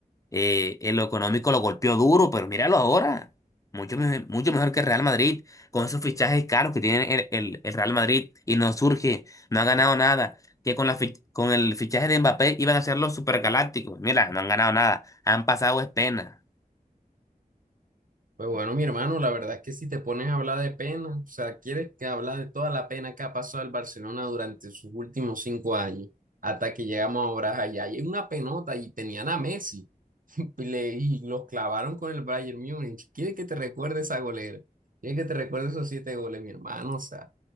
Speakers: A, on the left; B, on the right.
A: eh, en lo económico lo golpeó duro, pero míralo ahora. Mucho, me- mucho mejor que el Real Madrid, con esos fichajes caros que tiene el, el- el Real Madrid y no surge, no ha ganado nada. Que con, la fi- con el fichaje de Mbappé iban a ser los supergalácticos. Mira, no han ganado nada. Han pasado es pena.
B: Pues bueno, mi hermano, la verdad es que si te pones a hablar de pena, o sea, quieres que hablar de toda la pena que ha pasado el Barcelona durante sus últimos cinco años, hasta que llegamos ahora allá, y es una penota y tenían a Messi <laughs> y, le- y los clavaron con el Bayern Múnich. ¿Quieres que te recuerde esa golera? ¿Quieres que te recuerde esos siete goles, mi hermano? O sea,